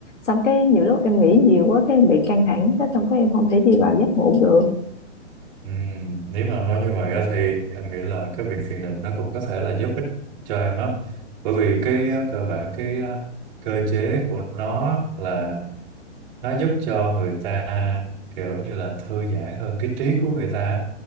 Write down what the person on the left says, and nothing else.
xong cái nhiều lúc em nghĩ nhiều quá cái em bị căng thẳng cái xong cái em không thể đi vào giấc ngủ được